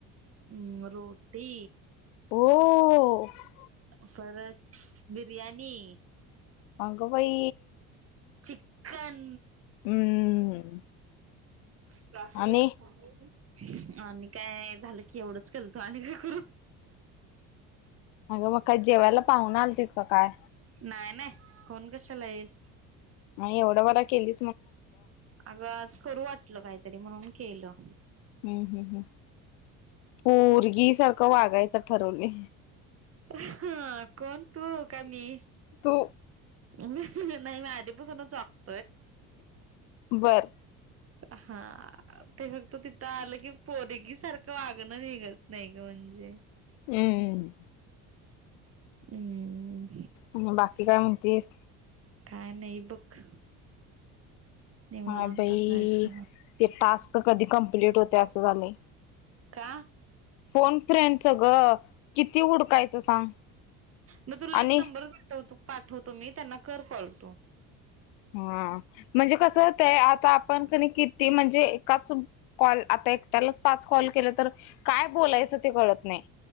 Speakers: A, on the right (about 40°); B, on the left (about 80°).
A: हम् रोटी
B: हो.
A: परत बिर्याणी,
B: अग बाई,
A: चिकन,
B: हम्म
A: प्राचार्याच
B: आणि
A: फोन आणि काय झालं की एवढंच केलतो आणि काय करू
B: अगं मग काय जेवायला पाहुणे आलं तित का काय
A: नाही नाही कोण कशाला येईल
B: आणि एवढं मला केली.
A: अग करू वाटलं काहीतरी म्हणून केलं.
B: हम्म हम् हम् पोरगी सारखं वागायच ठरवले.
A: हा कोण तू का मी
B: तू
A: मी नाही मी आधीपासूनच वागतो.
B: बर.
A: हा ते फक्त तिथं आलं की पोरगी सारखं वागत. निघत नाही का म्हणजे
B: हम्म.
A: हम्म.
B: आणि बाकी काय म्हणतीस
A: काय नाही बघ. निवांतच
B: हा बाई
A: आहेस मग
B: ते टास्क कधी कंप्लीट होते असं झालं.
A: का
B: फोन फ्रेंच ग <inaudible> हुडकायचं सांग
A: मग तुला
B: आणि
A: एक नंबर पाठवतो हो तो, पाठवतो मी त्यांना कर कॉल तु
B: हा म्हणजे कस होतय आता आपण क किती म्हणजे एकाच कॉल एकट्याच पाच कॉल केलं तर काय बोलायचे. ते कळत नाही